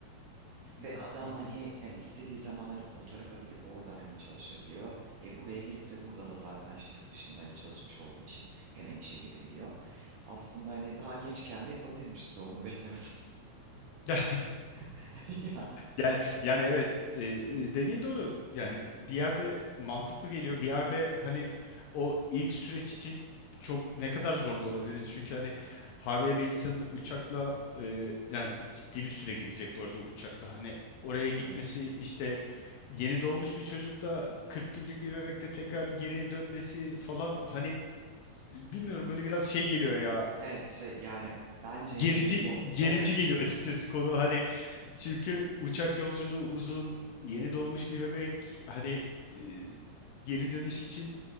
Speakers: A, on the left (about 80°); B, on the right (about 75°).
A: Hmm,
B: Ve adam
A: anladım.
B: hani yani istediği zaman hani o tarafa gidip orada hani çalışabiliyor. E buraya gelip de burada da zaten işte yurt dışında hani çalışmış olduğu için hemen işe girebiliyor. Aslında hani daha gençken de yapabilirmişiz doğumu beklemeden.
A: <laughs>
B: <laughs> Yani,
A: Yani, yani evet e, e, dediğin doğru yani bir yerde mantıklı geliyor bir yerde hani o ilk süreç için çok ne kadar zorlu olabilir çünkü hani havale bir insanın uçakla e, yani ciddi bir süre gidecek bu arada uçakla hani oraya gitmesi
B: evet.
A: işte yeni doğmuş bir çocukta 40 günlük bir bebekte tekrar geriye dönmesi falan hani bilmiyorum böyle biraz şey geliyor ya
B: Evet şey yani bence
A: gerici
B: hani yeni doğ
A: gerici
B: evet
A: geliyor açıkçası konu hani çünkü uçak yolculuğu uzun yeni doğmuş bir bebek hani e, geri dönüş için